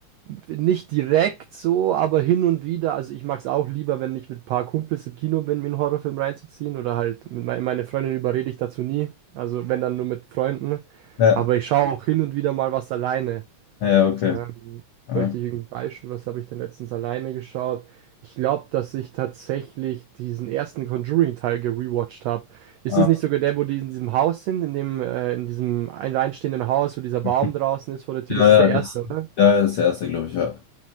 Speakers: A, on the right (about 85°); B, on the left (about 75°).
A: Nicht direkt so, aber hin und wieder. Also ich mag es auch lieber, wenn ich mit ein paar Kumpels im Kino bin, mir einen Horrorfilm reinzuziehen. Oder halt mit mein, meine Freundin überrede ich dazu nie. Also wenn dann nur mit Freunden.
B: Ja,
A: Aber ich schaue auch hin und wieder mal was alleine.
B: ja, okay.
A: Ähm,
B: Ja.
A: möchte ich irgendein Beispiel, was habe ich denn letztens alleine geschaut? Ich glaube, dass ich tatsächlich diesen ersten Conjuring-Teil gerewatcht habe. Ist
B: Ah.
A: es nicht sogar der, wo die in diesem Haus sind, in dem, äh, in diesem alleinstehenden Haus, wo dieser Baum
B: okay.
A: draußen ist vor der Tür?
B: Ja,
A: Das ist
B: ja,
A: der
B: das,
A: erste, oder?
B: ja, ja, das ist der erste, glaube ich, ja.